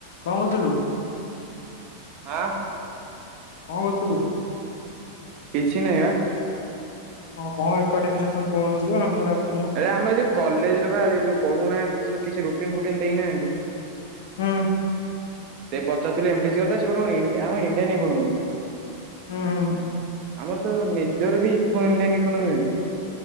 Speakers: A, on the left (about 60°); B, on the right (about 40°).
A: କଣ କହୁଥିଲୁ
B: ଆଁ
A: କଣ କରୁଥିଲୁ?
B: କିଛି ନହିଁ ବା।
A: ହଁ କଣ ଏକାଡେମି ସେକ୍ସନ ପଳଉଚୁ ଆମକୁ ଡାକ
B: ଆ ଆମେ ଯଉ କଲେଜରେ ବା ଏ ଯୋଉ କରୁନାହାନ୍ତି ସେ କିଛି ରୁଟିନ ଫୁଟିନ ଦେଇନାହାନ୍ତି।
A: ହୁଁ।
B: ସେ ପଚାରୁଥିଲେ ଏମ ଡି ସି କଥା ସେ କଣ ଇ ଆମ ଇଣ୍ଡିଆନ ଇକୋନମି
A: ହୁଁ ହୁଁ
B: ଆମର ତ ନିଜର ବି ଇକୋ ଇଣ୍ଡିଆନ୍ ଇକୋନୋମି ଅଛି।